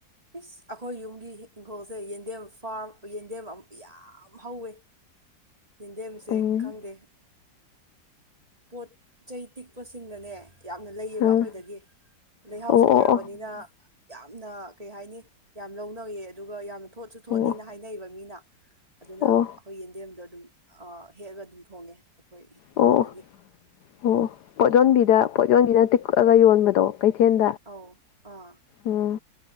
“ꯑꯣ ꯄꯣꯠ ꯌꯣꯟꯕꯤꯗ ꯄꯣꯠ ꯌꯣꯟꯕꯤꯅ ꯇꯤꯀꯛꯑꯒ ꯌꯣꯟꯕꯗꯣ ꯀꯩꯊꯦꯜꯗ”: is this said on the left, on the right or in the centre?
Left